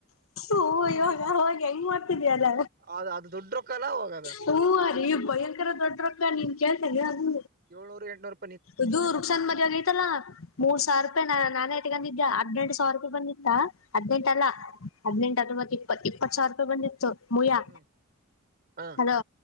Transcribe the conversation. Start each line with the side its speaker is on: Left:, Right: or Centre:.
Left: ಓ ಇವಾಗ ಅವಾಗ ಹೆಂಗ್ ಮಾಡ್ತಿದಯಲ್ಲ
Right: ಅದ ಅದು ದೊಡ್ಡ ರೊಕ್ಕ ಅಲ್ಲ ಅವಾಗ ಅದ
Left: ಹೂ ರಿ ಭಯಂಕರ ದೊಡ್ಡ ರೊಕ್ಕ ನೀನ್ ಕೇಳ್ದಲ್ಲ ಅದು
Right: ಏಳ್ನೂರು ಎಂಟನೂರು
Left: ಇದು ರುಕ್ಷಾನ್ ಮರಾಗ ಐತಲ್ಲಾ ಮೂರ್ ಸಾವಿರ ರೂಪಾಯಿ ನಾನೆ ಇಟ್ಟುಕೊಂಡಿದೆ ಹದಿನೈದು ಸಾವಿರ ರೂಪಾಯಿ ಬಂದಿತ್ತ ಹದ್ನೆಂಟ
Right: ಹ್ಮ್
Left: ಅಲ್ಲ ಹದ್ನೆೆಂಟ ಹಾತೊಂಬತ್ತು ಇಪತ್ ಇಪತ್ತು ಸಾವಿರ ರೂಪಾಯಿ ಬಂದಿತ್ತು ಮುಯ್ಯ
Right: ಹ್ಮ್ ಹ್ಮ್ ಹಾ
Left: ಹಲೋ